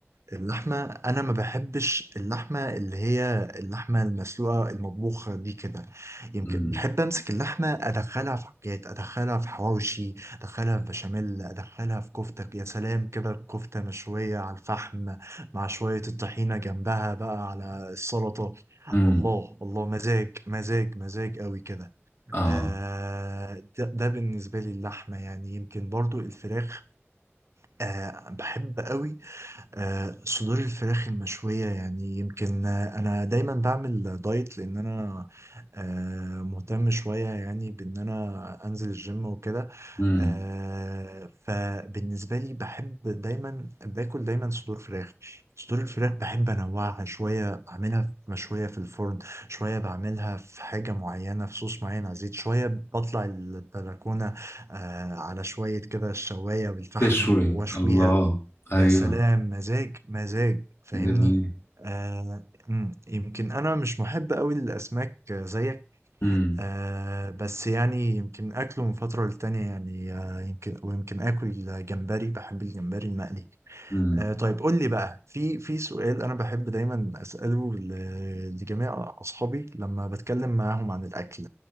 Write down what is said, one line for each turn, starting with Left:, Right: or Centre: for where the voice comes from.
Right: اللحمه انا ما بحبش اللحمه اللي هي اللحمه المسلوقه المطبوخه دي كده يمكن
Left: امم
Right: بحب امسك اللحمه ادخلها في حاجات ادخلها في حواوشي ادخلها في بشاميل ادخلها في كفته يا سلام كده كفته مشويه على الفحم مع شويه الطحينه جنبها بقى على السلطه
Left: امم
Right: الله الله مزاج مزاج مزاج قوي كده
Left: اه
Right: آه، ده, ده بالنسبة لي اللحمة يعني يمكن برضو الفراخ آه، بحب قوي آه، صدور الفراخ المشوية يعني يمكن آه، أنا دايما بعمل دايت لأن أنا آه، مهتم شوية يعني بأن أنا أنزل الجيم وكده
Left: امم
Right: آه، فبالنسبة لي بحب دايما باكل دايما صدور فراخ صدور الفراخ بحب أنوعها شوية أعملها مشوية في الفرن شوية بعملها في حاجة معينة في صوص معين على الزيت شوية بطلع البلكونة آه، على شوية كده الشواية بالفحم
Left: تشوي
Right: وأشويها
Left: الله ايوه
Right: يا سلام مزاج مزاج فاهمني
Left: جميل
Right: آه مم، يمكن انا مش محب قوي للاسماك زيك
Left: امم
Right: آه بس يعني يمكن اكله من فتره للتانيه يعني آه يمكن ويمكن اكل جمبري بحب الجمبري المقلي
Left: امم
Right: آه طيب قول لي بقى في في سؤال انا بحب دايما اساله ل- لجميع اصحابي لما بتكلم معاهم عن الاكل